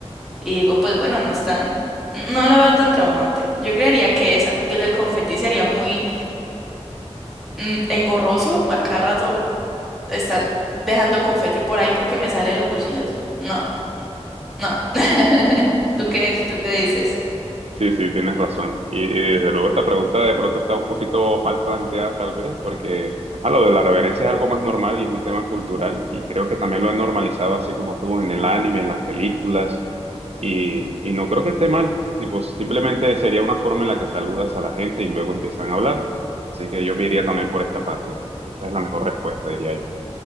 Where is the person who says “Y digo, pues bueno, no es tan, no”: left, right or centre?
Centre